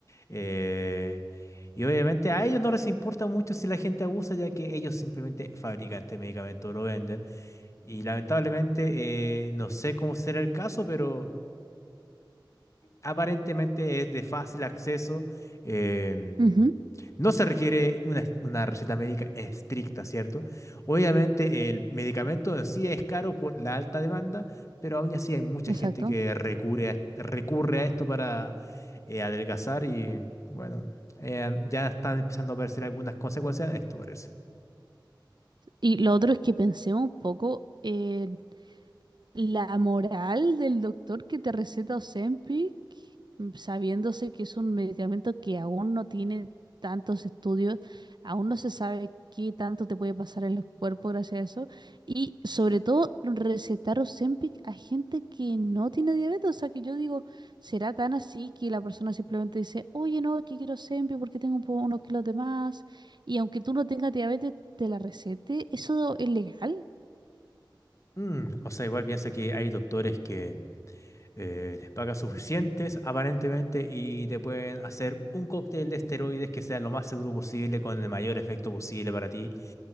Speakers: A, on the left; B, on the right.
A: Eh, y obviamente a ellos no les importa mucho si la gente abusa, ya que ellos simplemente fabrican este medicamento, lo venden. Y lamentablemente, eh, no sé cómo será el caso, pero aparentemente es de fácil acceso. em,
B: Ujú,
A: no se requiere una, una receta médica estricta, ¿cierto? Obviamente el medicamento en sí es caro por la alta demanda, pero aún así hay mucha
B: exacto.
A: gente que recurre a, recurre a esto para eh, adelgazar y bueno, eh, ya están empezando a aparecer algunas consecuencias de esto, parece.
B: Y lo otro es que pensemos un poco eh, La moral del doctor que te receta Ozempic, mm, sabiéndose que es un medicamento que aún no tiene tantos estudios, aún no se sabe qué tanto te puede pasar en el cuerpo gracias a eso, y sobre todo recetar Ozempic a gente que no tiene diabetes, o sea que yo digo, será tan así que la persona simplemente dice, oye, no, es que quiero Ozempic porque tengo un po- unos kilos de más, y aunque tú no tengas diabetes, te la recete, ¿eso es legal?
A: Mm, o sea, igual piensa que hay doctores que eh, les pagan suficientes, aparentemente, y te pueden hacer un cóctel de esteroides que sea lo más seguro posible, con el mayor efecto posible para ti,